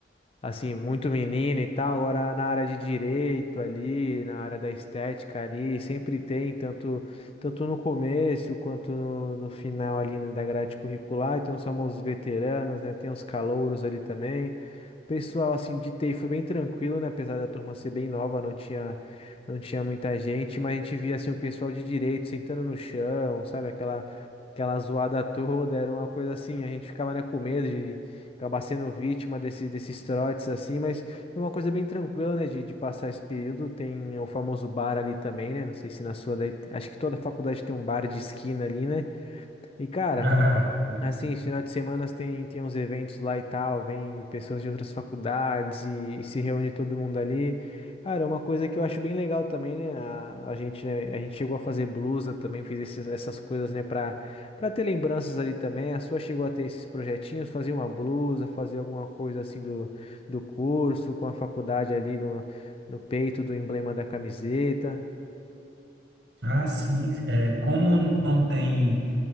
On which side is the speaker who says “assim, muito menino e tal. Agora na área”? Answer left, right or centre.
Left